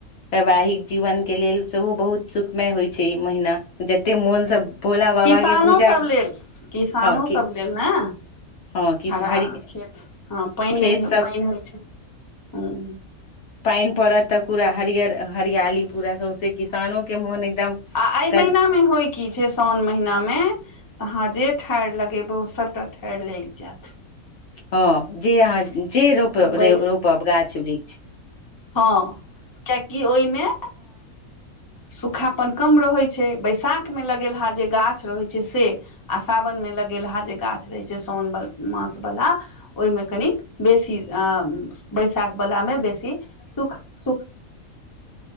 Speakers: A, on the left (about 65°); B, on the left (about 20°).
A: वैवाहिक जीवन के लेल सेहो बहुत सुखमय होय छै ई महिना, जते मोन से भोला बाबा
B: किसानो
A: के पूजा
B: सब लेल, किसानो
A: हँ कि
B: सब लेल नै।
A: हँ कि
B: हरा
A: हरि
B: खेत स, हां पेएन
A: खेत
B: नै पेएन होय छै, हां।
A: पेएन पड़त तऽ पूरा हरियर हरियाली पूरा सौंसे किसानो के मोन एकदम
B: आ ए
A: कद
B: महिना मे होय की छै सोन महिना मे तऽ अहाँ जे ठाएड़ लगेबै उ सबटा ठाएड़ लाएग जाएत।
A: हां जे अहाँ जे रोप
B: बै
A: रे रोपब गाछ वृ
B: हां कियाएकि ओय मे सुखापन कम रहै छै, बैशाख मे लगेलहा जे गाछ रहै छै से आ सावन मे लगेलहा जे गाछ रहै छै सोन वल मास वला ओय मे कनिक बेसी आ बैशाख बला मे बेसी सुख-सुख